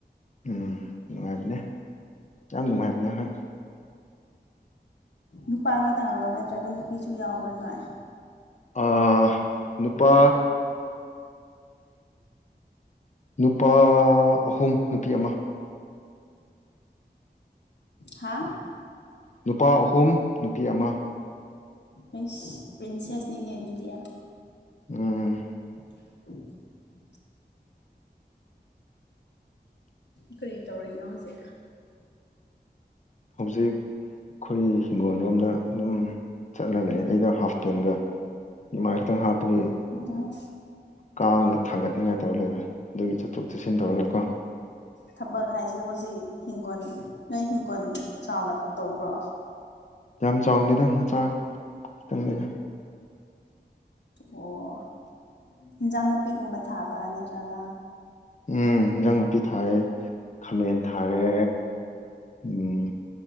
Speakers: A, on the left (about 45°); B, on the left (about 80°).
A: ꯎꯝ ꯅꯨꯡꯉꯥꯏꯕꯅꯦ ꯌꯥꯝ ꯅꯨꯡꯉꯥꯏꯕꯅꯦ ꯍꯣꯏ
B: ꯅꯨꯄꯥ ꯉꯥꯛꯇꯔꯣ ꯅꯠꯇ꯭ꯔꯒ ꯅꯨꯄꯤꯁꯨ ꯌꯥꯎꯕ꯭ꯔꯥ ꯅꯣꯏ
A: ꯑꯥ ꯅꯨꯄꯥ ꯅꯨꯄꯥ ꯑꯍꯨꯝ ꯅꯨꯄꯤ ꯑꯃ
B: ꯍꯥ
A: ꯅꯨꯄꯥ ꯑꯍꯨꯝ ꯅꯨꯄꯤ ꯑꯃ
B: ꯑꯩꯁ ꯄ꯭ꯔꯤꯟꯁꯦꯁꯅꯤꯅꯦ ꯑꯗꯨꯗꯤ
A: ꯎꯝ
B: <inaudible> ꯀꯔꯤ ꯇꯧꯔꯤꯅꯣ ꯍꯧꯖꯤꯛ
A: ꯍꯧꯖꯤꯛ ꯑꯩꯈꯣꯏꯒꯤ ꯍꯤꯡꯒꯣꯜ ꯂꯣꯝꯗ ꯑꯗꯨꯝ ꯆꯠꯂꯒ ꯂꯩꯑ ꯑꯩꯗ ꯍꯥꯐ ꯄꯦꯟꯒ ꯏꯃꯥꯏ ꯈꯛꯇꯪ ꯍꯥꯞꯄꯒꯤ
B: ꯎꯝ
A: ꯀꯥꯡꯗ ꯊꯥꯡꯒꯠꯅꯤꯡꯉꯥꯏ ꯇꯧꯔ ꯂꯩꯔꯦ ꯑꯗꯨꯒꯤ ꯆꯠꯊꯣꯛ ꯆꯠꯁꯤꯟ ꯇꯧꯔꯒꯀꯣ
B: ꯊꯕꯛ ꯍꯥꯏꯁꯦ ꯍꯧꯖꯤꯛ ꯍꯤꯡꯈꯣꯜ ꯅꯣꯏ ꯍꯤꯡꯈꯣꯜ ꯆꯥꯎꯅ ꯇꯧꯕ꯭ꯔꯣ
A: ꯌꯥꯝ ꯆꯥꯎꯗꯦꯗ ꯃꯆꯥ ꯈꯤꯇꯪꯅꯤꯗ
B: ꯑꯣ ꯏꯟꯖꯥꯡ ꯅꯥꯄꯤꯒꯨꯝꯕ ꯊꯥꯕ꯭ꯔꯥ ꯅꯠꯇ꯭ꯔꯒ
A: ꯎꯝ ꯏꯟꯖꯥꯡ ꯅꯥꯄꯤ ꯊꯥꯔꯦ ꯈꯥꯃꯦꯟ ꯊꯥꯔꯦ ꯎꯝ